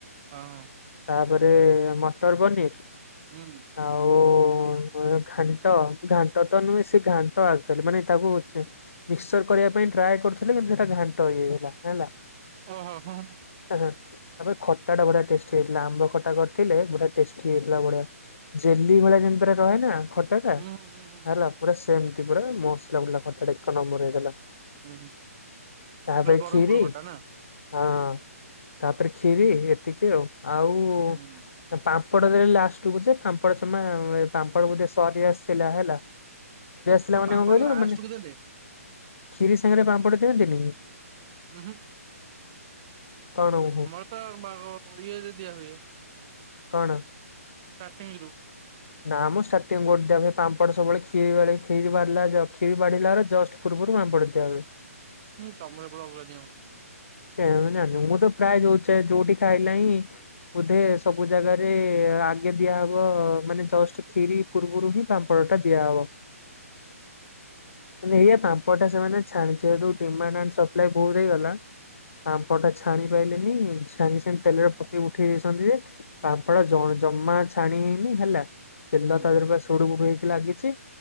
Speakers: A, on the right; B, on the left.
A: ହଁ।
B: ତାପରେ ମଟର ପନିର୍
A: ହଁ ହୁଁ
B: ଆଉ <unintelligible> ଘାଣ୍ଟ ଘାଣ୍ଟ ତ ନୁହେଁ ସେ ଘାଣ୍ଟ ଆ ମାନେ ତାକୁ ମିକ୍ସଚର କରିବା ପାଇଁ ଟ୍ରାଏ କରୁଥିଲେ କିନ୍ତୁ ସେଟା ଘାଣ୍ଟ ହେଇଗଲା। ହେଲା
A: ଓହୋ ହୁଁ
B: <unintelligible> ତାପରେ ଖଟା ଟା ବଢ଼ିଆ ଟେଷ୍ଟି ହେଇଥିଲା ଆମ୍ବ ଖଟା କରିଥିଲେ ପୁରା ଟେଷ୍ଟି ହେଇଥିଲା ବଢ଼ିଆ ଜେଲି ଭଳିଆ ରହେନା। ଖଟା ଟା
A: ହୁଁ ହୁଁ ହୁଁ
B: ହେଲା ପୁରା ସେମିତି ପୁରା ମସଲା <unintelligible> ଖଟା ଟା ଏକ ନମ୍ବର ହେଇଥିଲା।
A: ହୁଁ ହୁଁ
B: ତାପରେ
A: ପୁରା ବରଂପୁରୁ
B: ଖିରି
A: ଖଟା ନା?
B: ହଁ ତାପରେ ଖିରି ଏତିକି ଆଉ ଆଉ
A: ହୁଁ
B: ପା ପାମ୍ପଡ଼ ଦେଲେ ଲାଷ୍ଟ୍ କୁ ଯେ ପାମ୍ପଡ଼ ଯମା ପାମ୍ପଡ଼ ବୋଧେ ସରି ଆସିଥିଲା ହେଲା। ପିଲାମାନେ
A: କୋଉ ପାମ୍ପଡ
B: କଣ କହିଲୁ
A: ଲାଷ୍ଟକୁ
B: ମାନେ
A: ଦେଲେ
B: ଖିରି ସାଙ୍ଗରେ ପାମ୍ପଡ଼ ଦିଅନ୍ତିନି?
A: ହୁଁ ହୁଁ।
B: କଣ ଓହୋ
A: ଆମର ତ <unintelligible> ଇଏ ରେ ଦିଆ ହୁଏ।
B: କଣ?
A: ଷ୍ଟାର୍ଟିଂ ରୁ।
B: ନା ମୁଁ ଷ୍ଟାର୍ଟିଂ ଗୋଟେ ବି ପାମ୍ପଡ ସବୁବେଳେ ଖିରି <unintelligible> ଖିରି ବାଢିଲା ବେଳୁ ଜଷ୍ଟ୍ ଆଗରୁ ପାମ୍ପଡ଼ ଦିଆହୁଏ।
A: ହୁଁ ତମର ପୁରା ଅଲଗା ନିୟମ।
B: କେଇଆଣି ମୁଁ ଜାଣିନି ମୁଁ ତ ପ୍ରାୟ ଯୋଉ ଯୋଉଠି ଖାଇଲେ ହିଁ ବୋଧେ ସବୁ ଜାଗାରେ ଆଗେ ଦିଆହବ ମାନେ ଜଷ୍ଟ୍ କ୍ଷୀରି ପୂର୍ବରୁ ହିଁ ପାମ୍ପଡ଼ ଟା ଦିଆହବ। ମାନେ ଏଇଆ ପାମ୍ପଡ଼ ଟା ସେମାନେ <unintelligible> ଡିମାଣ୍ଡ୍ ଆଣ୍ଡ୍ ସପାଲାଇ ବହୁତ୍ ହେଇଗଲା। ପାମ୍ପଡ଼ ଟା ଛାଣି ପାଇଲେନି ସାଙ୍ଗେ ସାଙ୍ଗେ ତେଲରେ ପକେଇକି ଉଠେଇ ଦେଇଛନ୍ତି ଯେ ପାମ୍ପଡ଼ ଜ ଜମା ଛାଣି ହେଇନି ହେଲା ତେଲ
A: ହୁଁ
B: ତା ଦେହ ଜୁଡୁ ବୁଡୁ ହେଇକି ଲାଗିଛି